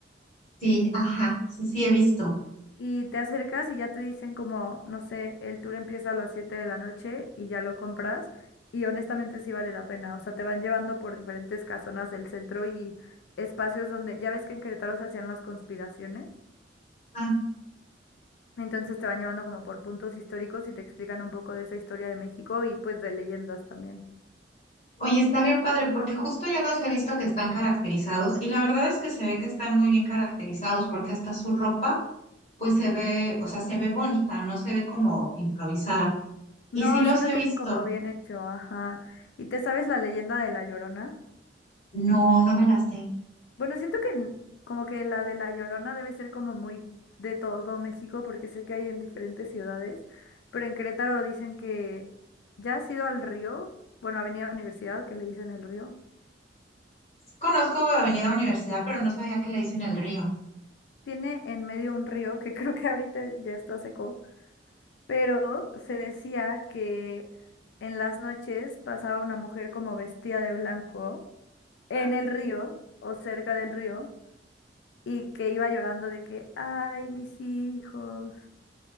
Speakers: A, on the left; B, on the left.
A: Sí, ajá, sí, sí, he visto.
B: Y te acercas y ya te dicen como, no sé, el tour empieza a las 7 de la noche y ya lo compras. Y honestamente sí vale la pena. O sea, te van llevando por diferentes casonas del centro y espacios donde, ya ves que en Querétaro se hacían las conspiraciones.
A: Ah,
B: Entonces te van llevando como por puntos históricos y te explican un poco de esa historia de México y pues de leyendas también.
A: oye, está bien padre, porque justo yo los he visto que están caracterizados y la verdad es que se ve que están muy bien caracterizados porque hasta su ropa, pues se ve, o sea, se ve bonita, no se ve como improvisada.
B: No,
A: Y sí los
B: sí lo
A: he
B: tienen
A: visto.
B: como bien hecho, ajá. ¿Y te sabes la leyenda de La Llorona?
A: No, no me las sé.
B: Bueno, siento que n- como que la de La Llorona debe ser como muy de todo México, porque sé que hay en diferentes ciudades, pero en Querétaro dicen que ya has ido al río, bueno, Avenida Universidad, que le dicen el río.
A: Conozco Avenida Universidad, pero no sabía que le dicen el río.
B: Tiene en medio un río que <laughs> creo que ahorita ya está seco, pero se decía que en las noches pasaba una mujer como vestida de blanco en
A: ¿no?
B: el río o cerca del río y que iba llorando de que, ay, mis hijos.